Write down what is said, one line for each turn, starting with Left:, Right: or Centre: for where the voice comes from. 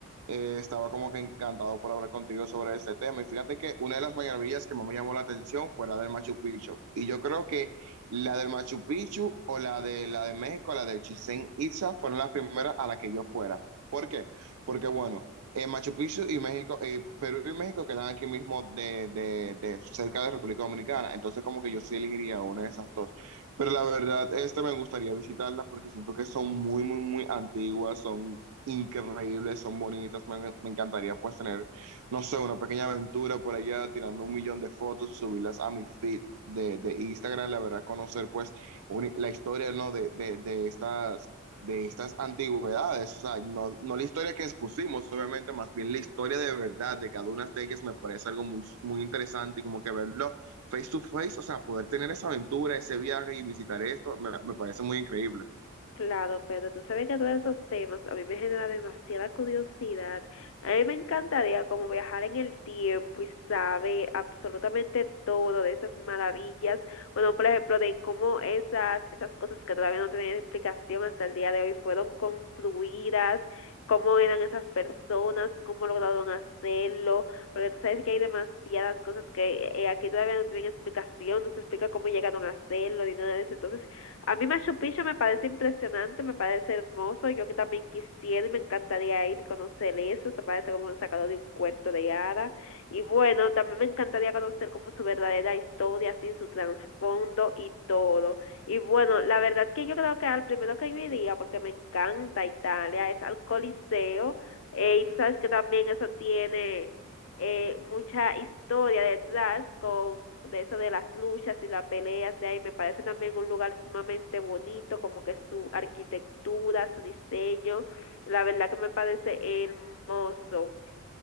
Right: eh, estaba como que encantado por hablar contigo sobre este tema. Y fíjate que una de las maravillas que más me llamó la atención fue la del Machu Picchu. Y yo creo que la del Machu Picchu o la de la de México, la de Chichén Itzá fueron las primeras a las que yo fuera. ¿Por qué? Porque bueno, eh, Machu Picchu y México, eh, Perú y México quedan aquí mismo de, de, de cerca de República Dominicana. Entonces como que yo sí elegiría una de esas dos. Pero la verdad, este me gustaría visitarla porque siento que son muy, muy, muy antiguas, son increíbles, son bonitas. Me, me encantaría pues tener, no sé, una pequeña aventura por allá tirando un millón de fotos y subirlas a mi feed de, de Instagram. La verdad, conocer pues un- la historia, ¿no? De, de, de estas, de estas antigüedades. O sea, no, no la historia que expusimos, obviamente, más bien la historia de verdad de cada una de ellas me parece algo muy, muy interesante y como que verlo face to face, o sea, poder tener esa aventura, ese viaje y visitar esto, me, me parece muy increíble.
Left: Claro, pero tú sabes que todos esos temas a mí me genera demasiada curiosidad. A mí me encantaría como viajar en el tiempo y saber absolutamente todo de esas maravillas. Bueno, por ejemplo, de cómo esas, esas cosas que todavía no tienen explicación hasta el día de hoy fueron construidas, cómo eran esas personas, cómo lograron hacerlo. Porque tú sabes que hay demasiadas cosas que eh, aquí todavía no tienen explicación, no se explica cómo llegaron a hacerlo ni nada de eso. Entonces, a mí Machu Picchu me parece impresionante, me parece hermoso. Yo que también quisiera y me encantaría ir y conocer eso. Se parece como sacado de un cuento de hadas Y bueno, también me encantaría conocer como su verdadera historia, así su trasfondo y todo. Y bueno, la verdad que yo creo que al primero que yo iría, porque me encanta Italia, es al Coliseo. Eh, y tú sabes que también eso tiene eh, mucha historia detrás con de eso de las luchas y las peleas de ahí me parece también un lugar sumamente bonito como que su arquitectura su diseño la verdad que me parece hermoso